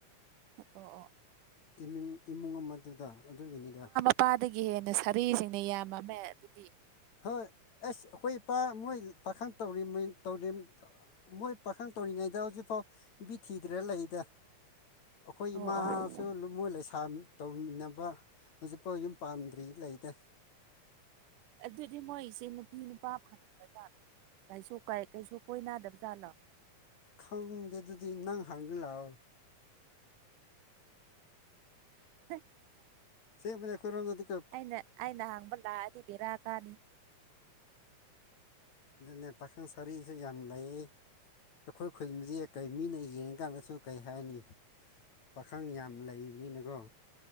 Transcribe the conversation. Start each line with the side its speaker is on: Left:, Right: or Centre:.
Right: ꯑꯣ ꯑꯣ
Left: ꯏꯃꯤꯡ ꯏꯃꯨꯡ ꯑꯃꯗꯨꯗ ꯑꯗꯨꯒꯤꯅꯤꯗ
Right: ꯏꯄꯥꯗꯒꯤ ꯍꯦꯟꯅ ꯁꯔꯤꯁꯤꯡꯅ ꯌꯥꯝꯃꯝꯃꯦ ꯑꯗꯨꯗꯤ
Left: ꯍꯣꯏ ꯑꯁ ꯑꯩꯈꯣꯏ ꯏꯄꯥ ꯃꯣꯏ ꯄꯥꯈꯪ ꯇꯧꯔꯤꯃꯤ ꯇꯧꯔꯤꯝ ꯃꯣꯏ ꯄꯥꯈꯪ ꯇꯧꯔꯤꯉꯩꯗ ꯍꯧꯖꯤꯛꯐꯥꯎ ꯅꯨꯄꯤ ꯊꯤꯗ꯭ꯔꯥ ꯂꯩꯗ ꯑꯩꯈꯣꯏ
Right: ꯑꯣ
Left: ꯏꯃꯥꯁꯨ
Right: ꯑꯣ
Left: ꯂꯨ ꯃꯣꯏ ꯂꯩꯁꯥꯃꯤ ꯇꯧꯃꯤꯟꯅꯕ ꯍꯧꯖꯤꯛꯐꯥꯎ ꯌꯨꯝ ꯄꯥꯟꯗ꯭ꯔꯤ ꯂꯩꯗꯥ
Right: ꯑꯗꯨꯗꯤ ꯃꯣꯏ ꯁꯦ ꯅꯨꯄꯤ ꯅꯨꯄꯥ ꯐꯪꯗ꯭ꯔꯖꯥꯠꯂꯣ ꯀꯩꯁꯨ ꯀꯩꯁꯨ ꯀꯣꯏꯅꯗꯕ ꯖꯥꯠꯂꯣ
Left: ꯈꯪꯗꯦ ꯑꯗꯨꯗꯤ ꯅꯪ ꯍꯪꯉꯨ ꯂꯥꯛꯑꯣ
Right: <inaudible>
Left: ꯑꯁꯦꯡꯕꯅꯦ ꯑꯩꯈꯣꯏꯇꯣꯝꯗꯗꯤꯀꯣ
Right: ꯑꯩꯅ ꯑꯩꯅ ꯍꯪꯕ ꯂꯥꯛꯑꯗꯤ ꯕꯦꯔꯥ ꯀꯥꯅꯤ
Left: ꯑꯗꯨꯅꯦ ꯄꯥꯈꯪ ꯁꯔꯤꯁꯨ ꯌꯥꯝ ꯂꯩ ꯑꯩꯈꯣꯏ ꯈꯨꯟꯕꯨꯗꯤ ꯀꯩ ꯃꯤꯅ ꯌꯦꯡꯉꯀꯥꯟꯗꯁꯨ ꯀꯩ ꯍꯥꯏꯅꯤ ꯄꯥꯈꯪ ꯌꯥꯝ ꯂꯩꯕꯅꯤꯅꯀꯣ